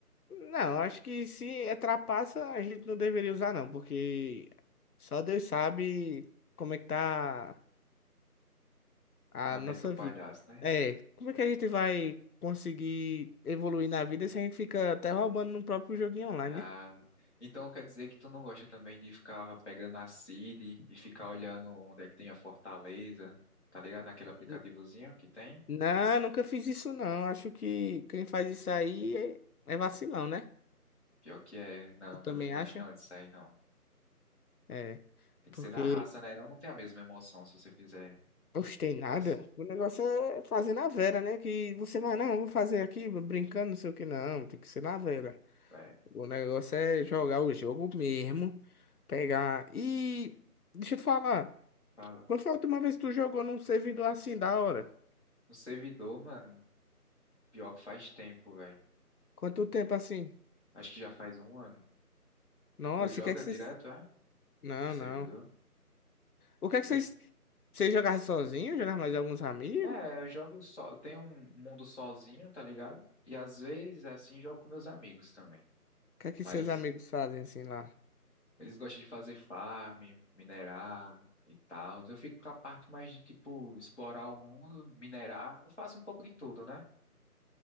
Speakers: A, on the left; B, on the left.
A: Não, acho que se é trapaça, a gente não deveria usar, não, porque só Deus sabe como é que tá a
B: A meta
A: nossa
B: do palhaço,
A: vida.
B: né?
A: É, como é que a gente vai conseguir evoluir na vida se a gente fica até roubando no próprio joguinho online,
B: Ah,
A: né?
B: então quer dizer que tu não gosta também de ficar pegando a Siri e ficar olhando onde é que tem a fortaleza, tá ligado? Naquele aplicativozinho
A: N-
B: que tem?
A: Não, nunca fiz isso, não. Acho que quem faz isso aí é, é vacilão, né?
B: Pior que é, não,
A: Tu também
B: também não gosto
A: acha?
B: não disso aí, não.
A: É,
B: Tem
A: porque
B: que ser na raça, né? Não, não tem a mesma emoção se você fizer
A: Gostei nada.
B: assim,
A: O negócio é fazer na vera, né? Que você vai, não, eu vou fazer aqui brincando, não sei o que, não. Tem que ser na vera.
B: velho.
A: O negócio é jogar o jogo mesmo. Pegar. E deixa eu te falar.
B: Fala.
A: Quando foi a última vez que tu jogou num servidor assim, da hora?
B: No servidor, mano, pior que faz tempo, velho.
A: Quanto tempo assim?
B: Acho que já faz um ano.
A: Nossa,
B: Tu joga
A: e o que é que vocês.
B: direto, é?
A: Não,
B: Em servidor?
A: não. O que é que
B: Eu
A: vocês.
B: j-
A: Vocês jogavam sozinho? Jogavam mais alguns amigos?
B: é,
A: O
B: eu jogo só, tem um mundo sozinho, tá ligado? E às vezes assim jogo com meus amigos também.
A: que é que
B: Mas
A: seus amigos fazem assim lá?
B: eles gostam de fazer farm, minerar e tal. Eu fico com a parte mais de, tipo, explorar o mundo, minerar. Eu faço um pouco de tudo, né?